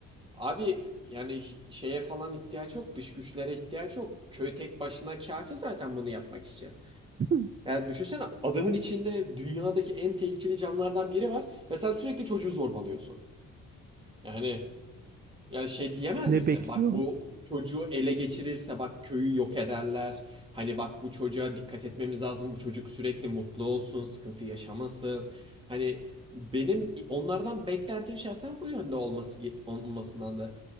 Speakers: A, on the right; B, on the right.
A: Abi yani şeye falan ihtiyaç yok, dış güçlere ihtiyaç yok. Köy tek başına kafi zaten bunu yapmak için.
B: <laughs>
A: Yani düşünsene adamın içinde dünyadaki en tehlikeli canlılardan biri var ve sen sürekli çocuğu zorbalıyorsun. Yani ya şey diyemez
B: Ne
A: misin?
B: bekliyorsun?
A: Bak bu çocuğu ele geçirirse bak köyü yok ederler. Hani bak bu çocuğa dikkat etmemiz lazım. Bu çocuk sürekli mutlu olsun, sıkıntı yaşamasın. Hani benim onlardan beklentim şahsen bu yönde olması ge- olmasından da.